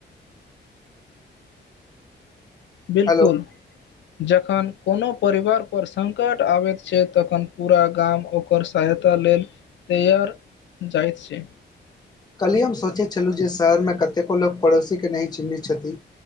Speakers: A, on the left; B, on the left.
A: बिलकुल
B: हेलो
A: जखन कोनो परिवारपर संकट आबैत छैइ तखन पूरा गाम ओकर सहायता लेल तैआर जाइत छैइ
B: कल्हि हम सोचैत छलहुँ जे शहरमे कतेको लोक पड़ोसी के नहि चिन्हैत छथिन